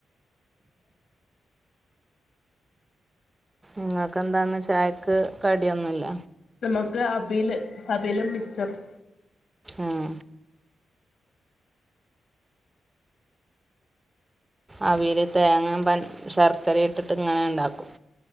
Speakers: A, on the right (about 25°); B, on the left (about 80°).
A: ങ്ങൾക്കന്താന്ന് ചായക്ക് കടിയൊന്നുല്ല.
B: നമുക്ക് അവ്ല് അവിലും മിച്ചറും
A: ആഹ് അവില് തേങ്ങിം പ ശര്ക്കര ഇട്ടിട്ട് ഇങ്ങനെ ഇണ്ടാക്കും.